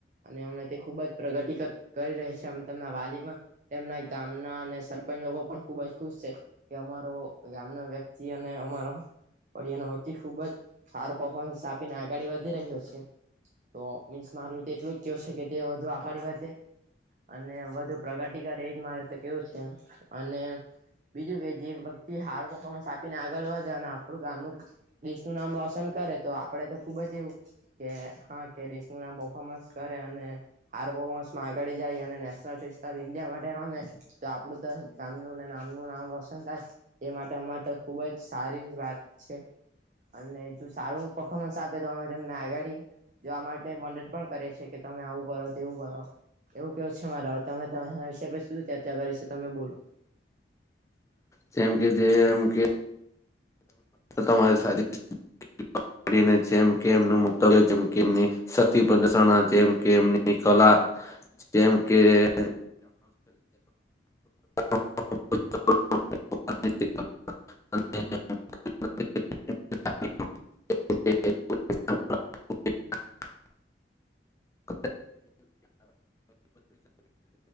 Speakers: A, on the right (about 40°); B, on the left (about 15°).
A: અને હમણા તે ખુબ જ પ્રગતિ કર કરી રહ્યા છે તેમના વાલી માં તેમના ગામના અને સર સરપંચ લોકો પણ ખુબ જ ખુશ છે. કે અમારો ગામ નો વ્યક્તિ અને અમારો ફડિયા નો વ્યક્તિ ખુબ જ ફાર પફોર્મન્સ આપીને આગળ વધી રહ્યો છે. તો મીન્સ મારું તો એટલું જ કેવું છે કે તે હજૂ અગાડી વધે. અને વધુ પ્રગતિ કરે એજ મારે તો કેવું છે અને બીજું કે જે વ્યતિ હાર્ડ પરફોર્મન્સ આપીને આગળ વધે અને આપણું ગામનું લિસ્ટ નું નામ રોશન કરે તો આપડે તો ખુબ જ એવું કે હા કે દેશનું નામ પફોર્મન્સ કરે અને હાર પફ પરફોર્મન્સ માં અગાડી જાય અને નેશનલ ઇન્ડિયા માટે રમે તો આપડું તો ગામ નું ને નામનું નામ પસંદ થાય એ માટે અમારે તો ખુબ જ સારી વાત છે અને જો સારું પર્ફોર્મન્સ આપે તો અમે તમને આગાડી જવા માટે વડ પણ કરે છે કે તમે આવું કરો, તેવું કરો એવું કેવું છે મારા હવે તમે મેના વિશે પછી સુધી ચર્ચા કરે છે તમે બોલો
B: જેમ કે જે એમ કે તમારી સારી પકડી ને જેમ કે એમનું મુલ્તવ્ય કે એમની શક્તિ પ્રદશન જેમ કે એમની કલા જેમ કે <inaudible> <inaudible> <inaudible> <inaudible> <inaudible>